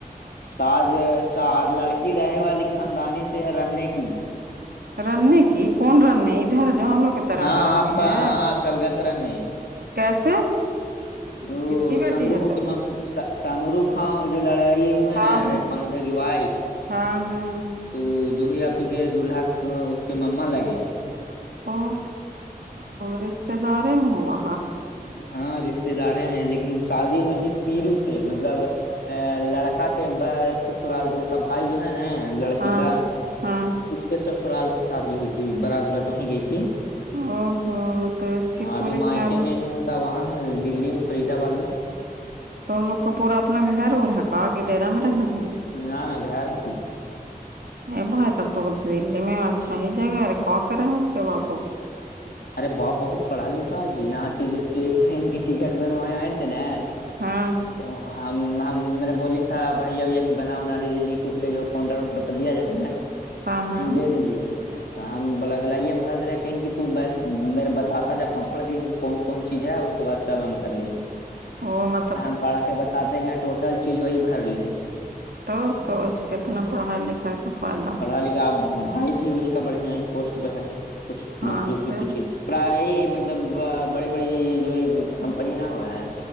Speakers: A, on the left (about 85°); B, on the right (about 75°).
A: س لڑکی رہے والی خاندانی سے ہے رننے کی
B: راننے کی کون راننے ادھر جن لوگ کی طرف
A: ہاں
B: رننے
A: آپ کا
B: ہے
A: ہاں سلگسرا نہیں
B: کیسے
A: ا
B: کس کی بیٹی
A: سمروکھوں
B: ہے تو
A: کے م سمروکھا جو لڑائی ہوئے
B: ہاں
A: نا ارے
B: ہاں
A: پانو ب کی وائف
B: ہاں ہاں
A: تو جوہ آ پی کے دولہاق اس کے مما لگئے
B: او رشتے دار میں ہوا
A: ہاں رشتے دارے میں لیکن شادی ہوئی تھی پیرو سے مطلب ا لڑکا کے ب سسرال اس کا بھائی جو ہے نا لڑکی
B: ہاں
A: کا
B: ہاں
A: اس کے سسرال سے شادی ہوئی تھی برات ورات وہیں گئی تھی
B: او ہو تو اس کی
A: ابھی
B: پوری
A: مائکے
B: فیملی
A: میںین ان کا وہاں دلی میں فرید آباد میں
B: تو ان لوگ کا پورا اپنا گھر اور ہکا کے ڈرا میں رہا ہے
A: نہ نہ گھر ہے کہ
B: ا بھائی تب توول دی میں اچھا ہی جگہ ارے کو کرے اس کے باپو کو
A: ارے باپ بہت پڑھا لکھا جی یہاں ٹ ٹرین کی ٹکٹ بنوائےئے تھے نا
B: ہاں
A: تو ہم ہم میرے بوللی تھا بھیا بھیا کہ بنا ونا دیجے لک کے جو کاؤنٹر ونٹر پہ دیا جانا ہے
B: ہاں ہاں
A: دے دیجے تو ہم بلا سلائی ہم بھر رہے کہیں کہ تو بس میرے بتاتا جا پڑھ پڑھ کے کہ کون کون چیز ہے اس کے بعد سب ہم بھر لیں گے
B: وہ مت
A: کہ ہم پڑھ کے بتاتے ہیں ٹوٹل چیز وہی بھر لی
B: تو سوچ کے کتنا پڑھائی لکھائی کا فائدہ
A: پڑھا لکھا بھائی بھی اس کا بڑھیا ہی پوسٹ پہ ہے کچھ نوکری
B: ہاں
A: وکری
B: تو
A: کچھ پرائے مطلب بڑی بڑی جو کمپنی نہ ہوا ہے